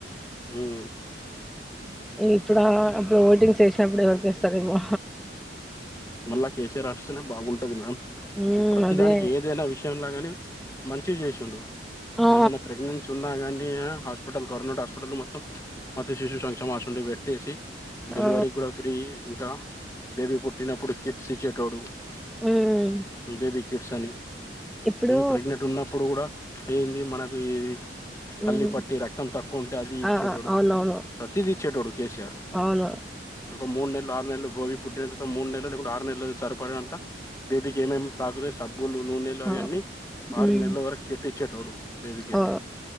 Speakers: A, on the left; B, in the centre.
A: హ్మ్
B: ఇప్పుడా అప్పుడు ఓటింగ్ చేేసినప్పుడు ఎవరి ఏస్తారేమో
A: మళ్ళా కేసీఆర్ వస్తనే బాగుంటది మేడం
B: మ్మ్
A: ఈ ప్రతి
B: అదే
A: దానికి ఏదైనా విషయంలోగాని తీసి చేసిండు
B: ఆ
A: ఎవరన్నా ప్రెగ్నెన్సీ ఉన్నా కానీ హాస్పిటల్ గవర్నమెంట్ హాస్పిటల్ మొత్తం మాతా శిశు సంక్షేమ అసువంటివి పెట్టేసి డెలివరీ
B: ఆ
A: కూడా ఫ్రీ ఇంకా బేబీ పుట్టినప్పుడు కిట్స్ ఇచ్చేటోడు
B: మ్మ్
A: బేబీ కిట్స్ అని
B: ఇప్పుడు
A: ప్రెగ్నెంట్ ఉన్నప్పుడు కూడా ఏంది మనకు ఇది
B: మ్మ్
A: పల్లి పట్టి రక్తం తక్కువ ఉంటే అది ఇచ్చేటోడు
B: ఆ ఆ, అవునవును
A: ప్రతిదీ ఇచ్చేటోడు కేసీఆర్
B: అవును
A: ఒక మూడు నెలలు ఆరు నెలలు బోవి పుట్టినంత మూడు నెలలు లేకుండా ఆరు నెలలు సరిపోయే అంత సులభంగా బేబీకి ఏమేమి తాకు సబ్ బులులు నూనెలు అవి
B: ఆ
A: ఆన్నీ
B: మ్మ్
A: ఆరు నెలల వరకు ఎత్తిచ్చేటొడు బేబీ కిట్
B: ఆ